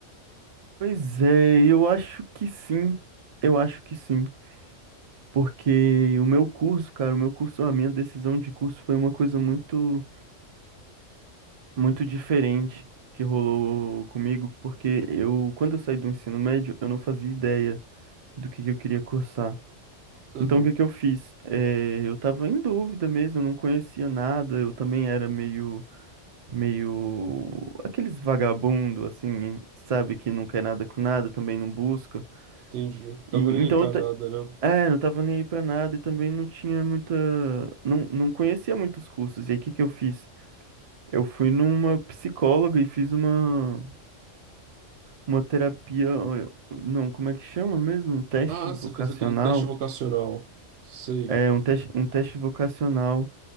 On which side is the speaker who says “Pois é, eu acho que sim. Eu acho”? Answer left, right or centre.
Right